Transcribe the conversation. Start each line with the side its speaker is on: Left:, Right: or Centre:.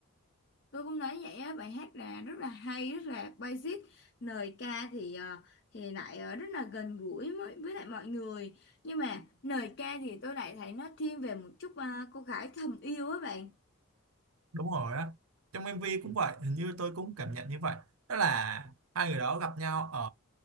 Left: tôi cũng nói vậy á bài hát là rất là hay rất là basic lời ca thì ờ, thì lại ờ, rất là gần gũi với, với lại mọi người nhưng mà lời ca thì tôi lại thấy nó thiên về một chút à, cô gái thầm yêu á bạn
Right: đúng rồi á trong MV cũng vậy hình như tôi cũng cảm nhận như vậy đó là hai người đó gặp nhau ở